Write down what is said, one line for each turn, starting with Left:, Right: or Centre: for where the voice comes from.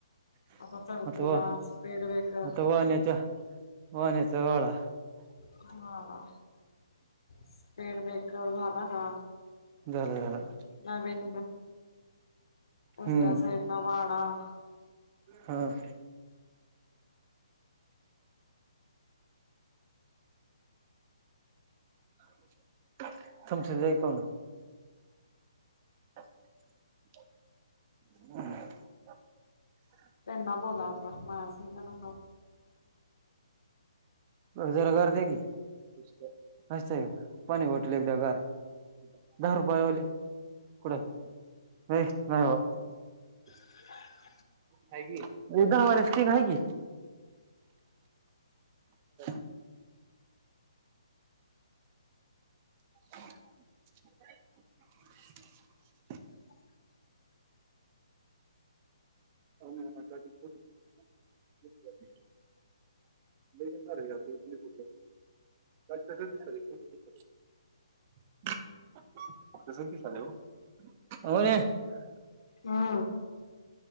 Right: <unintelligible>
Left: आता चढतीला स्पीड ब्रेकर
Right: <unintelligible>
Left: <unintelligible> हा स्पीड ब्रेक झाला का?
Right: झालं झाल.
Left: नवीन <unintelligible>
Right: हम्म हा <inaudible> <inaudible> तुमच जाई कोण. <inaudible> <unintelligible>
Left: त्यांना बोला आता माळासाहेबना
Right: जरा गार द्या की <unintelligible> पाणी बाटल एक द्या गार. दहा रुपय वाली <unintelligible>
Left: <inaudible>
Right: हाय की दहा वाला स्टिंग हाय की. <inaudible> <inaudible>
Left: <inaudible>
Right: <unintelligible> <inaudible> <inaudible> <inaudible>
Left: हा